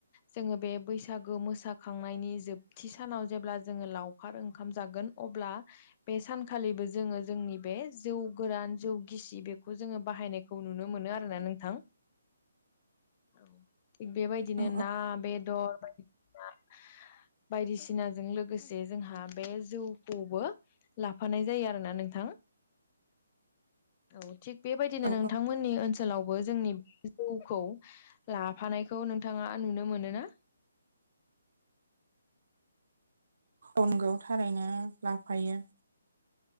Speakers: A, on the left; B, on the right.
A: जोङो बे बैसागो मोसाखांनायनि जोबथि सानाव जेब्ला जोङो लावखार ओंखाम जागोन। अब्ला बे सानखालिबो जोङो जोंनि बे जौ गोरान जौ गिसि बेखौ जोङो बाहायनाय खौ नुनो मोनो आरो ना नोंथां औ थिग बेबायदिनो
B: औ
A: ना बेदर <unintelligible> बायदिसिनाजों लोगोसे जोंहा बे जौखौबो लाफानाय जायो आरो ना नोंथां औ थिग बेबायदिनो
B: औ
A: नोंथांमोननि ओनसो लावबो जोंनि बे जौखौ लाफानायखौ नोंथाङा नुनो मोनो ना
B: औ नंगौ थारैनो लाफायो